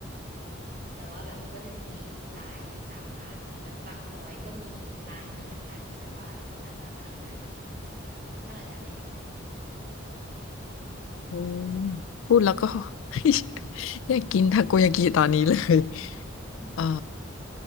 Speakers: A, on the right; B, on the left.
A: แต่ว่าแบบมันก็จะมีหลายสาขาหน่อยแบบบางซอยก็มีร้านนี้เหมือนกันแต่ว่าคนละสาขากันถ้าเราจำไม่ผิด
B: อืมพูดแล้วก็ <laughs> อยากกินทาโกยากิตอนนี้เลย <laughs>
A: อืม
B: เออ